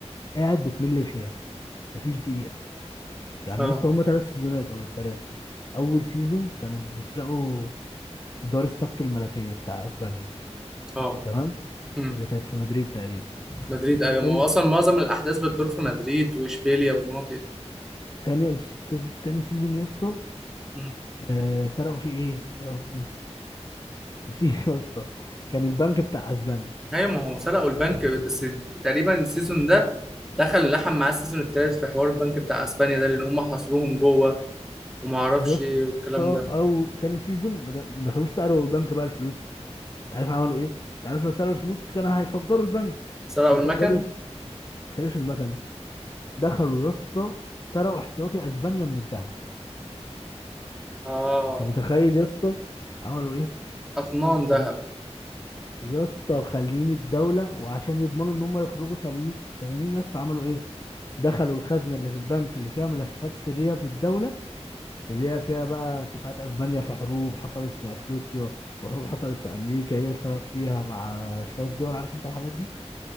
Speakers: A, on the left (about 35°); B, in the centre.
A: قاعد بتمل فيها ما فيش دقيقه يعني
B: اه
A: يا اسطى هما ثلاث سيزونات او ثلاثه اول سيزون كانوا بيسرقوا دار السك الملكيه بتاع اسبانيا
B: اه
A: تمام
B: امم
A: اللي كانت في مدريد تقريبا
B: مدريد ايوه
A: تاني
B: ما هو اصلا معظم الاحداث بتدور في مدريد واشبيليا والمناطق دي
A: تاني تاني سيزون يا اسطى
B: امم
A: آه سرقوا فيه ايه يا ربي نسيت يا اسطى كان البنك بتاع اسبانيا
B: ايوه ما هو سرقوا البنك بس تقريبا السيزون ده دخل لحم معاه السيزون التالت في حوار البنك بتاع اسبانيا ده لان هم حاصروهم جوه وما اعرفش
A: يا اسطى
B: ايه والكلام ده
A: او تاني سيزون ما د- ما دخلوش سألوا البنك بقى الفلوس انت عارف عملوا ايه؟ انت عارف لو سألوا الفلوس كان هيفجروا البنك
B: سرقوا
A: ويفجروه
B: المكن
A: ما سالوش المكنه دخلوا يا اسطى سرقوا احتياطي اسبانيا من الذهب
B: اه
A: انت متخيل يا اسطى عملوا ايه؟
B: اطنان
A: كان
B: ذهب
A: يا اسطى خليني الدوله وعشان يضمنوا ان هم يخرجوا سليمين سليمين يا اسطى عملوا ايه؟ دخلوا الخزنه اللي في البنك اللي فيها ملفات سريه بالدوله اللي هي فيها بقى اتفاقات اسبانيا في حروب حصلت في افريقيا وحروب حصلت في امريكا هي السبب فيها مع شويه دول عارف انت الحاجات دي